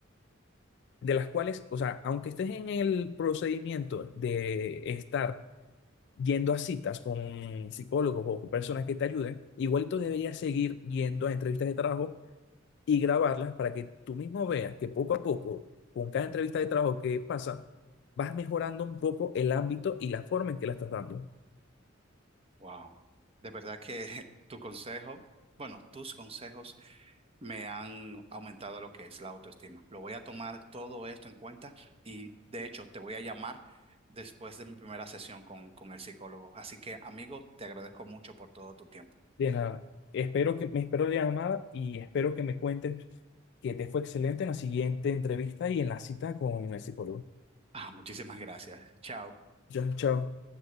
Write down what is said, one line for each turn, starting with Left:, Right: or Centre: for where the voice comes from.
Left: de las cuales, o sea, aunque estés en el procedimiento de estar yendo a citas con psicólogos o con personas que te ayuden, igualito deberías seguir yendo a entrevistas de trabajo y grabarlas para que tú mismo veas que poco a poco, con cada entrevista de trabajo que pasa, vas mejorando un poco el ámbito y la forma en que la estás dando.
Right: Wow. De verdad que <laughs> tu consejo, bueno, tus consejos me han aumentado lo que es la autoestima. Lo voy a tomar todo esto en cuenta y de hecho te voy a llamar después de mi primera sesión con, con el psicólogo. Así que amigo, te agradezco mucho por todo tu tiempo.
Left: De nada, espero que me espero la llamada y espero que me cuentes que te fue excelente en la siguiente entrevista y en la cita con el psicólogo.
Right: Ah, muchísimas gracias. Chao.
Left: Ya, chao.